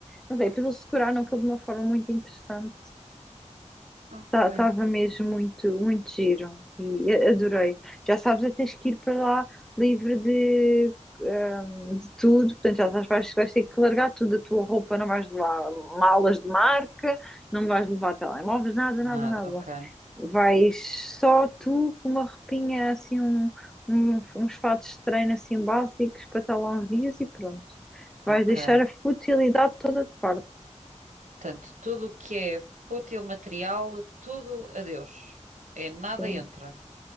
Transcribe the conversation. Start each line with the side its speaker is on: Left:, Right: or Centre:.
Centre: Não sei, depois eles decoraram aquilo de uma forma muito interessante.
Right: ok.
Centre: Estava mesmo muito, muito giro, e a- adorei. Já sabes, é que tens que ir para lá livre de hum, de tudo, portanto, já sabes, vais, vais ter que largar tudo a tua roupa, não vais levar malas de marca, não vais levar telemóveis, nada,
Right: Nada,
Centre: nada, nada.
Right: ok,
Centre: Vais só tu com uma roupinha assim, um, um- uns fatos de treino assim básicos para estar lá uns dias e pronto. Vais
Right: ok.
Centre: deixar a futilidade toda de parte.
Right: Portanto, tudo o que é fútil material, tudo adeus. É nada
Centre: Sim,
Right: entra.